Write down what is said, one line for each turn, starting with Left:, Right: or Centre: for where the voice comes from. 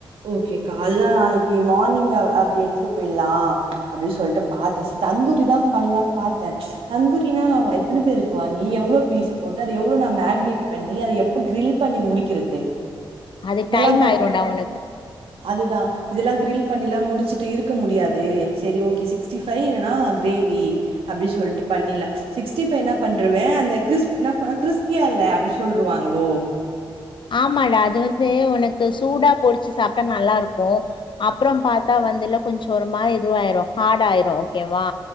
Right: ஓகே கால்ல நாளைக்கு மார்னிங் அப்படி எடுத்துட்டு போயிடலாம் அப்படின்னு சொல்லிட்டு பா்த்தேன் தந்தூரி தான் பண்ணலான்னு பார்த்தேன் தந்தூரினா நான் எத்தனை பேருக்கு வாங்கி எவ்ளோ பீஸ் போட்டு அதை எவ்வளோ நான் மேக்னேட் பண்ணி அதை எப்ப கிரில் பண்ணி முடிக்கிறது
Left: அது
Right: இதெல்லாம்
Left: டைம்
Right: பண்ணி
Left: ஆயிரும்டா உன்க்
Right: அதுதான் இதெல்லாம் கிரில் பண்ணில எல்ல முடிச்ச வைச்சிட்டு இருக்க முடியாது சரி ஓகே சிக்ஸ்டி ஃபைவ் இல்லனா கிரேவி அப்புடின்னு சொல்லிட்டு பண்ணிலாம் ச் சிக்ஸ்டி ஃபைவ் என்ன பண்ணிருவேன் அந்த கிஸ்பியா என்ன கிஸ்பியா இல்ல அப்படி சொல்லிருவாங்களோ
Left: ஆமாடா அது வந்து உனக்கு சூடா பொறிச் வைச்ச சாப்பிட்டா நல்லா இருக்கும் அப்புறம் பார்த்தா வந்துல கொஞ்சம் ஒரு மாி இதுவாயிரும் ஹார்ட் ஆயிரும் ஓகேவா